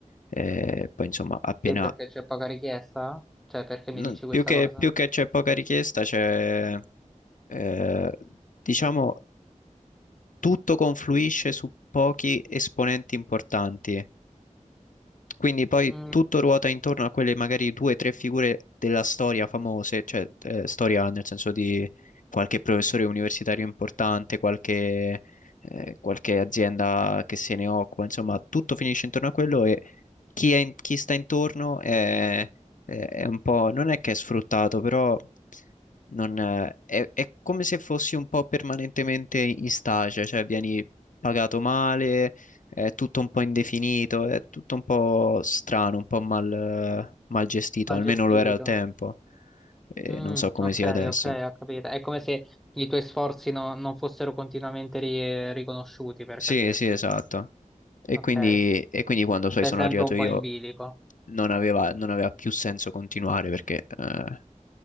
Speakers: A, on the left; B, in the centre.
A: eh, poi insomma appena,
B: Sì, perché c'è poca richiesta? Cioè, perché mi
A: non-
B: dici questa
A: più che,
B: cosa?
A: più che c'è poca richiesta, c'è, eh, diciamo, tutto confluisce su pochi esponenti importanti Quindi poi
B: Mm,
A: tutto ruota intorno a quelle magari due o tre figure della storia famose, cioè eh, storia nel senso di qualche professore universitario importante, qualche, eh, qualche azienda che se ne occupa, insomma, tutto finisce intorno a quello e chi, è in- chi sta intorno è, è- è un po', non è che è sfruttato, però non, eh, è, è come se fossi un po' permanentemente in stage, cioè vieni pagato male è tutto un po' indefinito, è tutto un po' strano, un po' mal, mal gestito,
B: mal
A: almeno
B: gestito.
A: lo era al tempo, e
B: Mm,
A: non so come
B: ok,
A: sia adesso.
B: ok, ho capito. È come se i tuoi sforzi no- non fossero continuamente ri- riconosciuti, per
A: Sì,
B: capirci.
A: sì, esatto. E
B: Ok.
A: quindi, e quindi quando
B: Stai
A: poi sono
B: sempre
A: arrivato
B: un po'
A: io
B: in bilico.
A: non aveva, non aveva più senso continuare perché, eh,